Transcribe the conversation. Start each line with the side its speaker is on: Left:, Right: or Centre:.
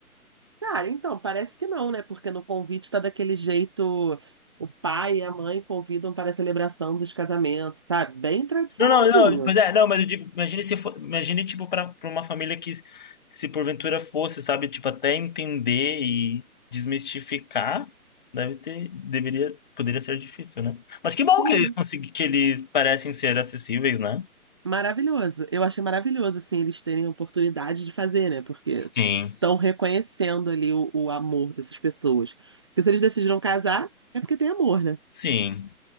Right: Cara, então, parece que não, né? Porque no convite tá daquele jeito, o pai e a mãe convidam para a celebração dos casamentos, sabe? Bem tradicionalzinho.
Left: Não, não, não, pois é, não, mas eu digo, imagine se for, imagine, tipo, para uma família que, se porventura fosse, sabe, tipo, até entender e desmistificar, deve ter, deveria, poderia ser difícil, né? Mas que bom
Right: Sim.
Left: que eles consegui, que eles parecem ser acessíveis, né?
Right: Maravilhoso. Eu achei maravilhoso, assim, eles terem a oportunidade de fazer, né? Porque
Left: Sim,
Right: estão reconhecendo ali o, o amor dessas pessoas. Porque se eles decidiram casar, é porque tem amor, né?
Left: Sim,